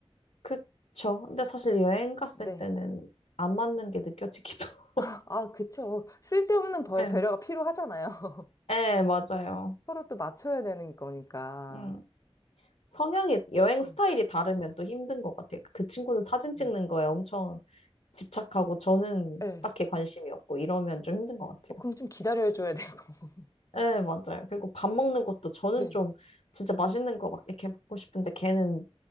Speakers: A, on the left; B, on the left.
A: 그쵸. 근데 사실 여행 갔을
B: 네.
A: 때는 안 맞는 게 느껴지기도. <laughs>
B: 아, 그쵸. 쓸데없는 벌
A: 예,
B: 배려가 필요하잖아요. <laughs>
A: 예, 맞아요.
B: 서로 또 맞춰야 되는 거니까.
A: 음. 성향이, 여행
B: 네,
A: 스타일이 다르면 또 힘든 것 같아요. 그 친구는 사진
B: 네.
A: 찍는 거에 엄청 집착하고 저는
B: 네.
A: 딱히 관심이 없고 이러면 좀 힘든 것 같아요.
B: 어, 그럼 좀 기다려줘야 되고. <laughs>
A: 예, 맞아요. 그리고 밥 먹는 것도 저는
B: 네.
A: 좀 진짜 맛있는 거 막 이렇게 먹고 싶은데 걔는